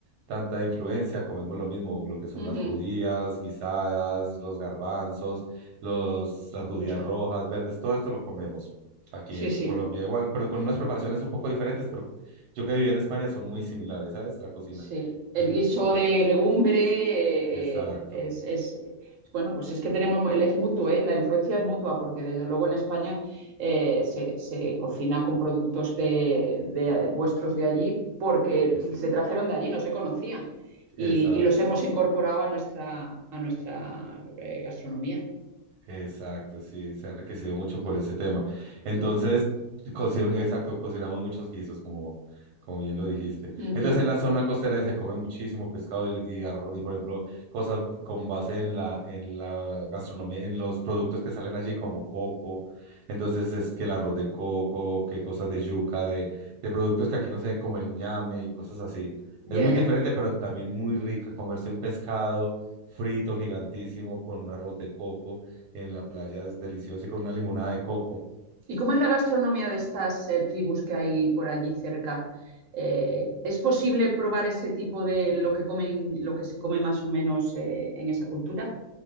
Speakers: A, on the right; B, on the right.
A: tanta influencia, comemos lo mismo, lo que son
B: Ujú,
A: las judías guisadas, los garbanzos, los, las judías
B: Muchas.
A: rojas, verdes, todo esto lo comemos. Aquí
B: Sí,
A: en
B: sí,
A: Colombia igual, pero con unas preparaciones un poco diferentes, pero yo que viví en España son muy similares, ¿sabes? La cocina
B: sí. El
A: es
B: guiso
A: muy similar.
B: de legumbre eh,
A: Exacto,
B: eh, es, es- bueno, pues es que tenemos, mu- es mutuo, eh, la influencia es mutua, porque desde luego en España eh, se, se cocina con productos de, de- vuestros de allí, porque
A: es-
B: se trajeron de allí, no se conocían, y,
A: exacto,
B: y los hemos
A: sí.
B: incorporado a nuestra, a nuestra eh, gastronomía.
A: Exacto, sí, se ha enriquecido mucho por ese tema. Entonces,
B: Ujú,
A: coci- exacto, cocinamos muchos guisos, como, como bien lo dijiste.
B: ujú,
A: Entonces, en la zona costera se come muchísimo pescado y, y arroz, y por ejemplo, cosas con base en la, en la gastronomía, en los productos que salen allí, como coco. Entonces, es que el arroz de coco, que cosas de yuca, de, de productos que aquí no se ven como el ñame y cosas así.
B: Ya,
A: Es muy
B: ya.
A: diferente, pero también muy rica comerse un pescado frito gigantísimo con un arroz de coco en la playa es delicioso y con una limonada de coco.
B: ¿Y cómo es la gastronomía de estas eh, tribus que hay por allí cerca? Eh, ¿es posible probar ese tipo de lo que comen, lo que se come más o menos eh, en esa cultura?